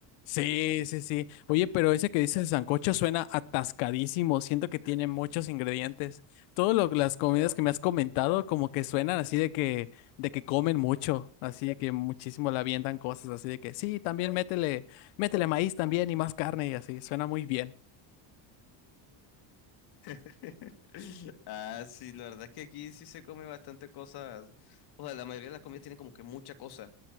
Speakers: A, on the left; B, on the left.
A: Sí, sí, sí. Oye, pero ese que dices de sancocho suena atascadísimo. Siento que tiene muchos ingredientes. Todas las comidas que me has comentado como que suenan así de que, de que comen mucho, así de que muchísimo le avientan cosas, así de que sí, también métele, métele maíz también y más carne y así. Suena muy bien.
B: <laughs> Ah, sí, la verdad es que aquí sí se come bastante cosas. O sea, la mayoría de las comidas tienen como que mucha cosa.